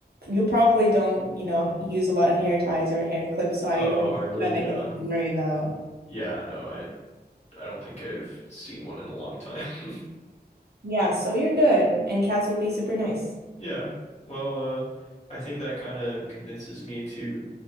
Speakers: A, on the right (about 70°); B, on the left (about 40°).
A: you probably don't, you know, use a lot of hair ties or hair clips, so I
B: Oh,
A: don't
B: hardly.
A: have anything
B: Yeah.
A: to worry about.
B: Yeah, no, I I don't think I've seen one in a long time. <laughs>
A: Yeah, so you're good, and cats will be super nice.
B: Yeah. Well, uh, I think that kind of convinces me to